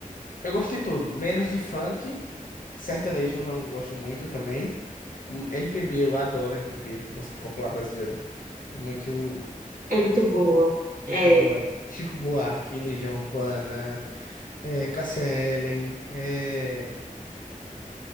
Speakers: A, on the left; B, on the right.
A: eu gosto de tudo, menos de funk. Sertanejo eu não gosto muito também. M- MPB, eu adoro MPB, música popular brasileira. É muito,
B: É muito boa. É,
A: muito boa. Chico Buarque, Legião Urbana, é, Cássia Eller, é,